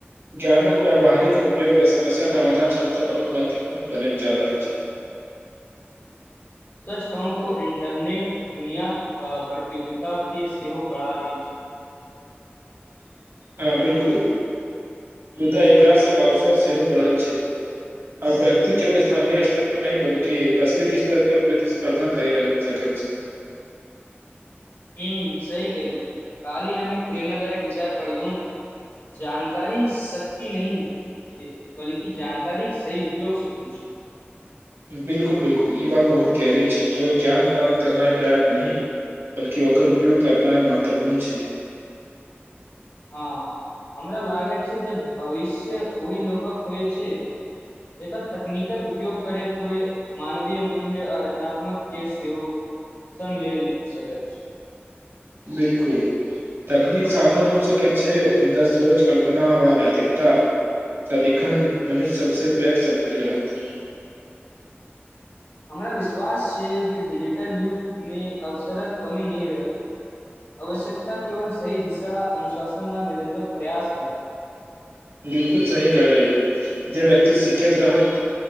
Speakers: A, on the right; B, on the left.
A: ज्ञानक व्यावहारिक उपयोग या समस्या समाधान क्षमता बहुत महत्वपूर्ण बनल जा रहल छै।
B: सच कहू तो इंटरनेट दुनिया प्रतियोगित के सेहो बढ़ा दे छै।
A: ह बिलकुल बधा एकरा स अवसर सेहो बढ़ल छै आब व्यक्ति केवल स्थानीय स्तर पर नहि बल्ि वैश्विक स्तर पर प्रतिस्पर्धा कर रहल सकैत छै।
B: ह सी कहलहु काली हम एक प्रेरणदायक विचार पढ़लहु जानकारी शक्त नह छै बल्कि जानकारी सी उपोग शक्त छै
A: बिलकुल बिलकुल ई बात बहुत गहरी छै केवल ज्ञान प्राप्त करनाइ पर्याप्त नहि बल्ि ओकर उपयोग करनाइ महत्वपूर्ण छै
B: हँ हमरा लागैत छै जे भविष्य ओहि लोकक होइ छै एकन तकनीकक उपयोग करैत हुए मानवीय मूल्य आ रचनात्मक के सेहो सङग लेल सकैत छै
A: बिलकुल तकनीक साधन हो सकैत छै मुदा सोच कल्पना व नैतिकता स लिखन मनुष्य सबस पैक शक्ति रहत
B: हमरा विश्वास छै जे िजिटल युगमे अवसरक कमी नह रहै आवश्यकता केवल सी दिशा अनुशासन न निरतर प्रयास रहै
A: बिलकुल सही कयल जे व्यक्ति सिखैत रहत